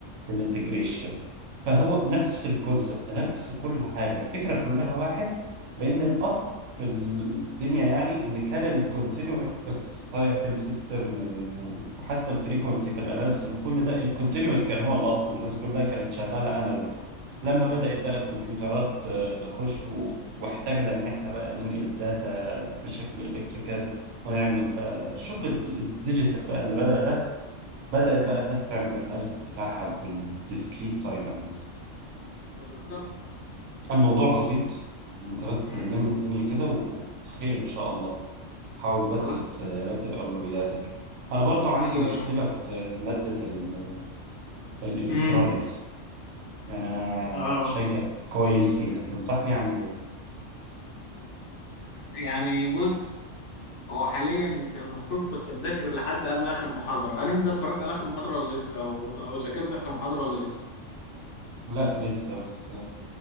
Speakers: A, on the right; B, on the left.
A: في الانتجريشن فهو نفس الكونسبت نفس كل حاجه الفكره كلها واحد لان الاصل في الدنيا يعني ان كان الكونتينوس تايم سيستم وحتى الفريكونسي في الاناليسيز وكل ده الكونتينوس كان هو الاصل الناس كلها كانت شغاله انالوج لما بدات بقى الكمبيوترات آه، تخش و- واحتاجنا ان احنا بقى ننقل داتا بشكل الكتريكال ونعمل بقى الشغل الديجيتال بقى اللي بدأ ده بدأت بقى الناس تعمل الاناليسيس بتاعها بالديسكريت تايم اناليسيس
B: بالظبط
A: فالموضوع بسيط إن انت بس
B: مم.
A: لم الدنيا كده وخير ان شاء الله حاول بس
B: خلاص
A: ترتب اولوياتك انا برضو عندي
B: ايوه
A: مشكلة
B: ايوه
A: في مادة ال- الالكترونيكس
B: امم
A: يعني انا
B: اه
A: شايفك كويس فيها تنصحني اعمل ايه
B: يعني بص هو حاليا انت المفروض كنت مذاكر لحد قبل اخر محاضره هل انت اتفرجت على اخر محاضره ولا لسه او او ذاكرت اخر محاضره ولا لسه
A: لا لسه بس